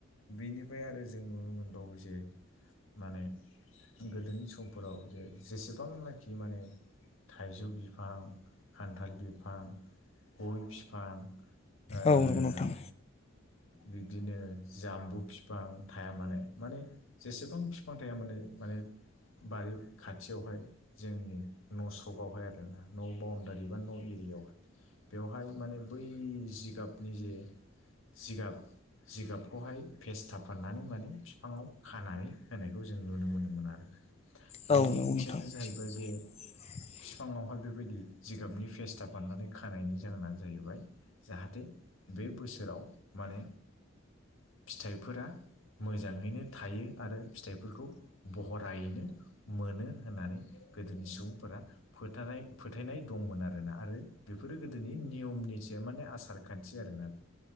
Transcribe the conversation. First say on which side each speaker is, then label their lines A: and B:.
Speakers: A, on the left; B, on the left.
A: बेनिफ्राय आरो जों नुनो मोनबावो जे माने गोदोनि समफोराव जे जेसेबांनाखि माने थाइजौ बिफां खानथाल बिफां गय बिफां ओ
B: औ नंगौ नोंथां
A: बिदिनो जामबु फिफां थाया मानो माने जेसेबां बिफां थाया माने माने बारि खाथियावहाय जोंनि न' सकआवहाय आरोना न' बाउण्डारि बा न' एरि दैयावहाय बेवहाय माने बै जिगाबनि जे जिगाब जिगाबखौहाय फेसथा फाननानै माने बिफाङाव खानानै होनायखौ जों नुनो मोनोमोन आरो
B: औ
A: बेनि
B: नंगौ
A: ओंथियानो
B: नोंथां
A: जाहैबाय बे
B: <inaudible>
A: बिफाङावहाय बेबायदि जिगाबनि फेसथा फाननानै खानायनि जाहोनानो जाहैबाय जाहाथे बे बोसोराव माने फिथाइफोरा मोजाङैनो थायो आरो फिथाइफोरखौ बरहायैनो मोनो होननानै गोदोनि सुबुंफोरा फोथाय फोथायनाय दंमोन आरोना आरो बेफोरो गोदोनि नियमनि मया <unintelligible> माने आसार खानथि आरोना बे